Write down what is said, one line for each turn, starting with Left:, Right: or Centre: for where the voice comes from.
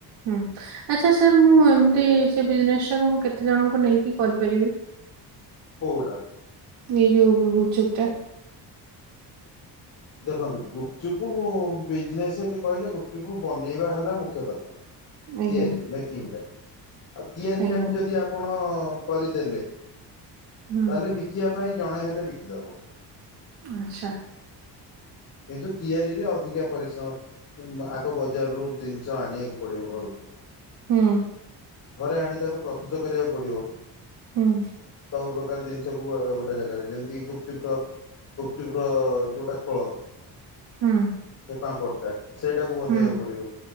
Right: ହୁଁ ଆଚ୍ଛା ସାର୍ ମୁଁ ଏମିତି ସେ ବିଜନେସ୍ ଟାକୁ ମୁଁ କେତେଜଣଙ୍କୁ ନେଇକି କରିପାରିବି।
Left: କୋଉଟା?
Right: ଏ ଯଉ ଗୁପଚୁପଟା।
Left: ଦେଖନ୍ତୁ ଗୁପଚୁପ ବିଜନେସ କହିଲେ ଗୁପଚୁପ ବନେଇବା ହେଲା ମୁଖ୍ୟ କଥା।
Right: ଆଜ୍ଞା,
Left: ତିଆରି ମେକିଂଟା। ଆଉ ତିଆରିଟାକୁ
Right: ଆଜ୍ଞା।
Left: ଯଦି ଆପଣ କରିଦେଲେ।
Right: ହୁଁ,
Left: ତାହେଲେ ବିକିବା ପାଇଁ ଜଣେ ହେଲେ ବିକିଦବ।
Right: ଆଚ୍ଛା।
Left: କିନ୍ତୁ ତିଆରିରେ ଅଧିକା ପରିଶ୍ରମ। ଆଗ ବଜାରରୁୁ ଜିନିଷ ଆଣିବାକୁ ପଡିବ ଘରକୁ,
Right: ହୁଁ,
Left: ଘରେ ଆଣି ତାକୁ ପ୍ରସ୍ତୁତ କରିବାକୁ ପଡିବ।
Right: ହଁ।
Left: ସବୁ ପ୍ରକାର ଜିନିଷକୁ ଗୋଟେ ଜାଗାରେ ଯେମିତି ଗୁପଚୁପର ଗୁପଚୁପର ଯୋଉଟା ଖୋଳ
Right: ହୁଁ,
Left: ସେ ପାମ୍ପଡ଼ଟା ସେଇଟାକୁ ବନେଇବାକୁ
Right: ହୁଁ,
Left: ପଡିବ।